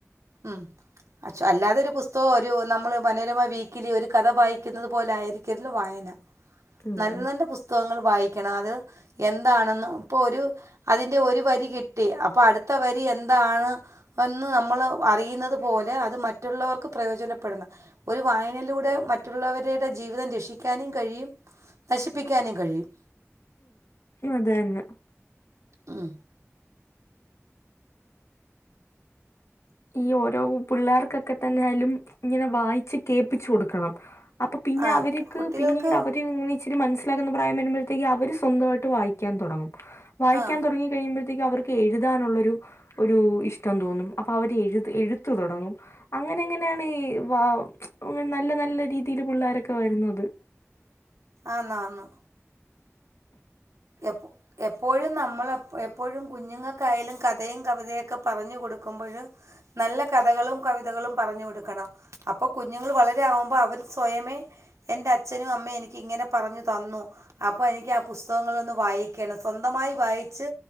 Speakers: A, on the right; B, on the left.
A: ആഹ്. അശോ അല്ലാതെ ഒരു പുസ്തകോ ഒരു നമ്മള് മനോരമാ വീക്കിലി ഒരു കഥ വായിക്കുന്നത് പോലെആയിരിക്കര്ത് വായന.
B: ഉം
A: നല്ല, നല്ല പുസ്തകങ്ങൾ വായിക്കണം അത് എന്താണെന്ന് ഇപ്പൊ ഒരു അതിന്റെ ഒരു വരി കിട്ടി അപ്പൊ അടുത്ത വരി എന്താണ് ഒന്ന് നമ്മൾ അറിയുന്നത് പോലെ അത് മറ്റുള്ളവർക്ക് പ്രയോജനപ്പെടണം ഒരു വായനയിലൂടെ മറ്റുള്ളവരുടെ ജീവിതം രക്ഷി കഴിക്കാനും കഴിയും നശിപ്പിക്കാനും കഴിയും
B: അതനൊ
A: ആഹ്
B: ഈ ഓരോ പിള്ളേർക്കൊക്കെ തന്നെയാലും ഇങ്ങനെ വായിച്ച് കേപ്പിച്ചു കൊടുക്കണം അപ്പൊ പിന്നെ
A: ആ
B: അവരിക്ക്
A: കു- കുട്ടികൾക്ക്
B: പിന്നീട് അവര് ഒന്നിച്ച് രി മനസിലാക്കുന്ന പ്ര പറായം വരുമ്പോഴത്തേക്ക് അവര് സ്വന്തമായിട്ട് വായിക്കാൻ തുടങ്ങും വായിക്കാൻ
A: ആ
B: തുടങ്ങി കഴിയുമ്പോഴത്തേക്ക് അവർക്ക് എഴുതാനുള്ളരു ഒരു ഇഷ്ടം തോന്നും. അപ്പ അവര് എഴു എഴുത്തു തുടങ്ങും അങ്ങനെ ഇങ്ങനാണ് ഈ വ നല്ല, നല്ല രീതീല് പുള്ളാരൊക്കെ വരുന്നത്.
A: ആന്ന്, ആന്ന്. എപ് എപ്പോഴും നമ്മളെ എപ്പ, എപ്പോഴും കുഞ്ഞുങ്ങക്കായാലും കഥയും കവിതയൊക്കെ പറഞ്ഞു കൊടുക്കുമ്പഴ് നല്ല കഥകളും കവിതകളും പറഞ്ഞു കൊടുക്കണം. അപ്പൊ കുഞ്ഞുങ്ങൾ വളരെ ആവുമ്പോ അവര് സ്വയമേ എൻ്റെ അച്ഛനും അമ്മേം എനിക്കിങ്ങനെ പറഞ്ഞു തന്നു. അപ്പോ എനിക്ക് ആ പുസ് പുസ്തകങ്ങളൊന്ന് വായിക്കേല സ്വന്തമായി വായിച്ച്